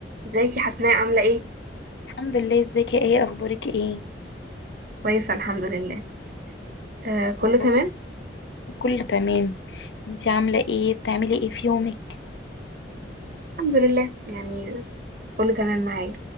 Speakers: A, on the right; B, on the left.
A: ازيك يا حسناء عاملة ايه؟
B: الحمد لله ازيك يا ايه اخبارك ايه
A: كويسة الحمد لله آه كله
B: اخبارك
A: تمام؟
B: كله تمام انتي عامله ايه بتعملي ايه في يومك
A: الحمد لله يعني كله تمام معايا